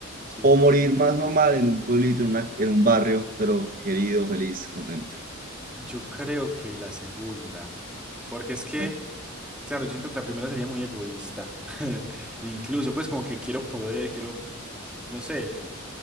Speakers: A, in the centre; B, on the right.
A: sí.
B: o morir más normal en un pueblito, en, una- en un barrio, pero querido, feliz, contento.
A: Yo creo que la segunda, porque es que,
B: La-
A: claro, yo siento que la primera sería muy egoísta. <laughs> Incluso, pues como que quiero poder, quiero, no sé.